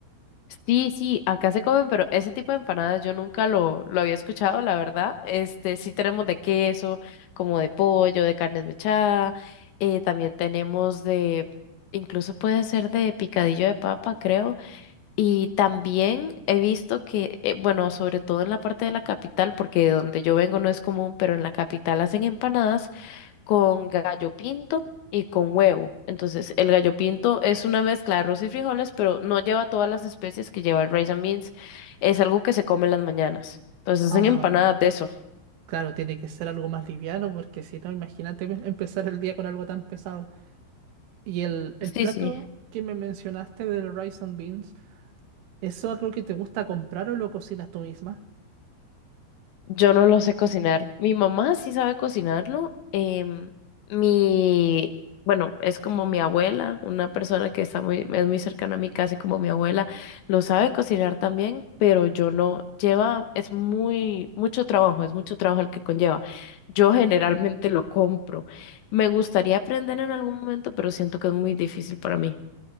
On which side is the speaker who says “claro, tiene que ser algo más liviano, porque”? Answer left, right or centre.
Right